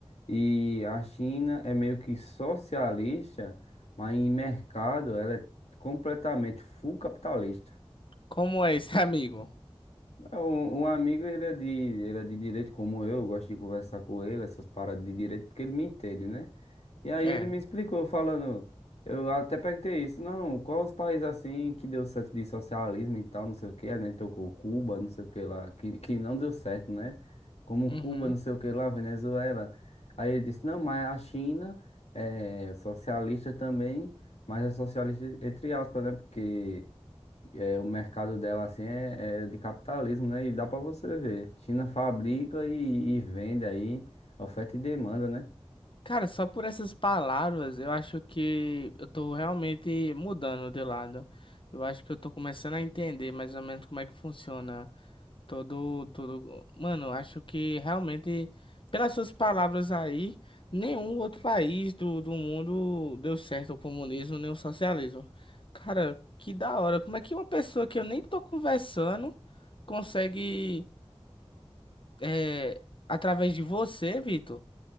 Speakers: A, on the left (about 80°); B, on the left (about 50°).
A: E a China é meio que socialista, mas em mercado ela é completamente full capitalista.
B: Como é esse <laughs> amigo?
A: É, Um, um amigo, ele é de, ele é de direito como eu, eu gosto de conversar com ele, essas paradas de direito, porque ele me entende, né? E aí
B: É.
A: ele me explicou, falando, eu até perguntei isso, não, quais os países assim que deu certo de socialismo e tal, não sei o que, né? Tocou Cuba, não sei o que lá, que, que não deu certo, né? Como
B: Uhum.
A: Cuba, não sei o que lá, Venezuela. Aí ele disse, não, mas a China é socialista também, mas é socialista entre aspas, né? Porque... É, o mercado dela assim é, é de capitalismo, né? E dá pra você ver. China fabrica e, e vende aí, oferta e demanda, né?
B: Cara, só por essas palavras, eu acho que eu tô realmente mudando de lado. Eu acho que eu tô começando a entender mais ou menos como é que funciona todo, todo. Mano, eu acho que realmente, pelas suas palavras aí, nenhum outro país do, do mundo deu certo o comunismo nem o socialismo. Cara, que da hora. Como é que uma pessoa que eu nem tô conversando consegue, é, através de você, Vitor,